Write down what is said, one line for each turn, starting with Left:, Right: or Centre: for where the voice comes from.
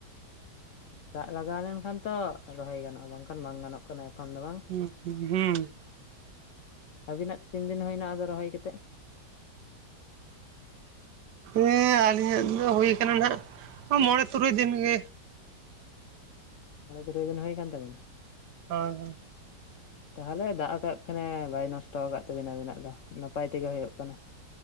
Left: ᱱᱚᱜᱼᱚᱭ ᱫᱟᱜ ᱞᱟᱜᱟᱣ ᱞᱮᱱᱠᱷᱟᱱ ᱛᱚ ᱨᱚᱦᱚᱭ ᱜᱟᱱᱚᱜᱼᱟ ᱵᱟᱝᱠᱷᱟᱱ ᱵᱟᱝ ᱜᱟᱱᱚᱜ ᱠᱟᱱᱟ ᱮᱠᱷᱚᱱ ᱫᱚ ᱵᱟᱝ?
Right: ᱦᱩᱸ ᱦᱩᱸ ᱦᱩᱸ ᱾
Left: ᱟᱹᱵᱤᱱᱟᱜ ᱛᱤᱱ ᱫᱤᱱ ᱦᱩᱭ ᱮᱱᱟ ᱟᱫᱚ ᱨᱚᱦᱚᱭ ᱠᱟᱛᱮᱫ?
Right: ᱦᱮᱸ ᱟᱹᱞᱤᱧᱟᱜ ᱫᱚ ᱦᱩᱭ ᱠᱟᱱᱟ ᱱᱷᱟᱜ ᱢᱚᱬᱮ ᱛᱩᱨᱩᱭ ᱫᱤᱱ ᱜᱮ
Left: ᱢᱚᱬᱮ ᱛᱩᱨᱩᱭ ᱫᱤᱱ ᱦᱩᱭ ᱠᱟᱱ ᱛᱟᱵᱮᱱᱟ ᱾
Right: ᱦᱳᱭ ᱦᱳᱭ ᱾
Left: ᱛᱟᱦᱚᱞᱮ ᱫᱟᱜ ᱟᱠᱟᱫ ᱠᱷᱟᱱᱮ ᱵᱟᱭ ᱱᱚᱥᱴᱚ ᱟᱠᱟᱫ ᱛᱟᱹᱵᱤᱱᱟ ᱟᱹᱵᱤᱱᱟᱜ ᱫᱚ ᱱᱟᱯᱟᱭ ᱛᱮᱜᱮ ᱦᱩᱭᱩᱜ ᱠᱟᱱᱟ ᱾